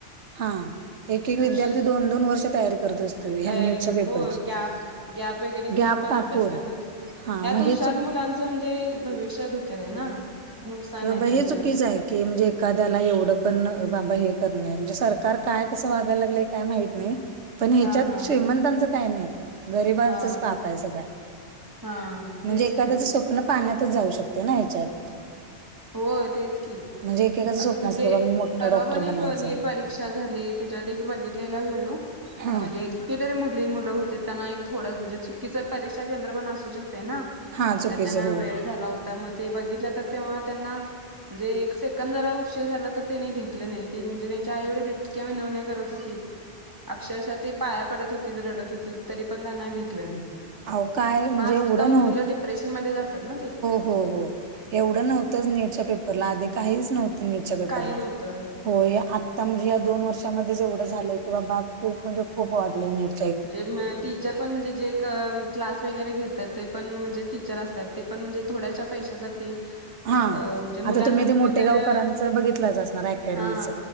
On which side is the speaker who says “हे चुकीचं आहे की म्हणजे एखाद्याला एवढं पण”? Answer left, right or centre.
Right